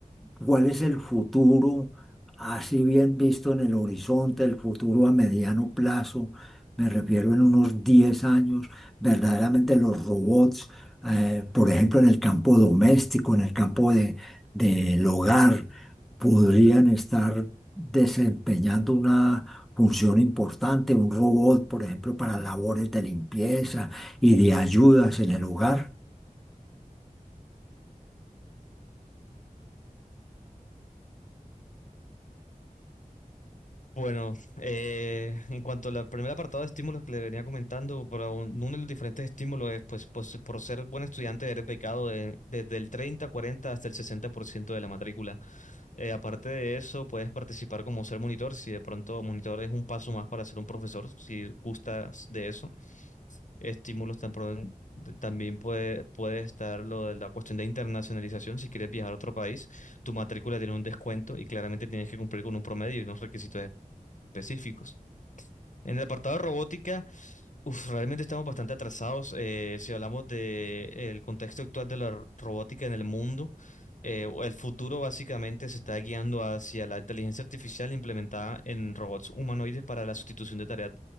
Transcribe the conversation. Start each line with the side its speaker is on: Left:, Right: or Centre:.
Centre: cuál es el futuro, así bien visto en el horizonte, el futuro a mediano plazo, me refiero en unos 10 años, verdaderamente los robots, eh, por ejemplo, en el campo doméstico, en el campo de, del hogar, podrían estar desempeñando una función importante, un robot, por ejemplo, para labores de limpieza y de ayudas en el hogar.
Left: Bueno, eh, en cuanto al primer apartado de estímulos que le venía comentando, para un- uno de los diferentes estímulos es, pues, pues, por ser buen estudiante eres becado de- desde el 30, 40 hasta el 60% de la matrícula. Eh, aparte de eso, puedes participar como ser monitor, si de pronto monitor es un paso más para ser un profesor, si gustas de eso. Estímulos tan pro- también puede, puede estar lo de la cuestión de internacionalización, si quieres viajar a otro país, tu matrícula tiene un descuento y claramente tienes que cumplir con un promedio y unos requisitos específicos. En el apartado de robótica, Uf, realmente estamos bastante atrasados. eh, si hablamos de el contexto actual de la robótica en el mundo, eh, o el futuro básicamente se está guiando hacia la inteligencia artificial implementada en robots humanoides para la sustitución de tareas